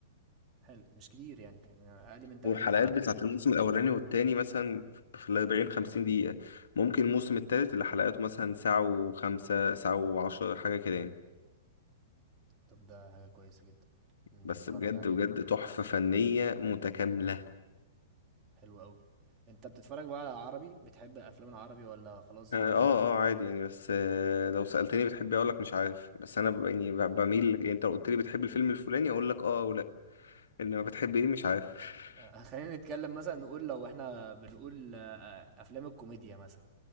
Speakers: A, on the right (about 25°); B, on the left (about 60°).
A: حلو مش كتير يعني, يعني أقل من 30
B: والحلقات
A: حلقة
B: بتاعت الموسم الأولاني والتاني مثلا في الأربعين خمسين دقيقة ممكن الموسم التالت اللي حلقاته مثلا ساعة وخمسة ساعة وعشرة حاجة كده يعني
A: طب ده حاجة كويسة جدا نتفرج
B: بس بجد
A: عليه
B: بجد تحفة فنية متكاملة
A: حلو قوي انت بتتفرج بقى على عربي بتحب الافلام العربي ولا خلاص
B: اه
A: انت
B: اه
A: <laughs>
B: آه، عادي يعني بس آه، لو سألتني بتحبي اقول لك مش عارف بس انا ب- يعني ب- بميل ل- يعني انت لو قلت لي بتحب الفيلم الفلاني اقول لك اه او لا انما بتحب ايه مش عارف <laughs>
A: آه، خلينا نتكلم مثلا نقول لو احنا بنقول آه، افلام الكوميديا مثلا